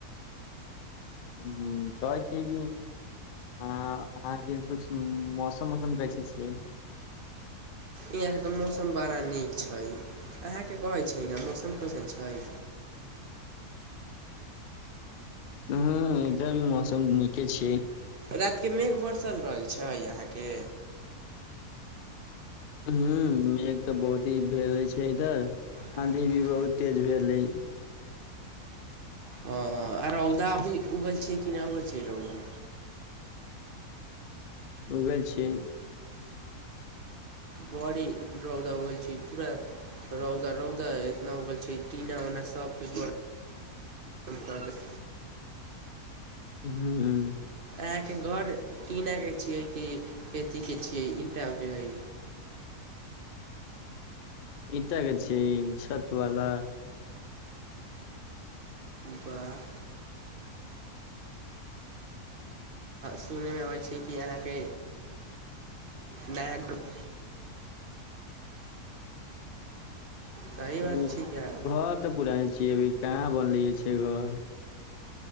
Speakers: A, on the left (about 60°); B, on the right (about 50°).
A: हूं कहै छिय कि हँ अहाँ के पूछनू मौसम ओसम कैसै छियै?
B: यहाँके तऽ मौसम बड़ा नीक छैय अहाँ के कहैत छैय ने मौसम कैसन छय?
A: हूं इधर भी मौसम नीके छैय।
B: रात के मेघ बरसल रहै छैय अहाँके?
A: हूं मेघ तऽ बहुत ही भेल रहै छैय इधर।
B: हँ
A: आँधी
B: जी जी
A: भी बहुत तेज भेलै।
B: हं आ रौदा अभी उगल छैय कि ना उगल छैय रौदा।
A: उगल छियै।
B: बडी रौदा उगल छीयै पूरा रौदा रौदा एतना उगल छैय टीना उना सबके बड़ काम कर दे
A: हूं
B: आहानहां के घर टीना के छीये कि एथि के छियै इटा के हय
A: ईटा के छैय छतवाला।
B: बाह सुनैमे अबै छैय कि अहाँके
A: ह
B: नया ग्रुप सही बात
A: ह
B: छिका
A: घर तऽ पुरानी छियै अभी कहाँ बनलियै छैय घर।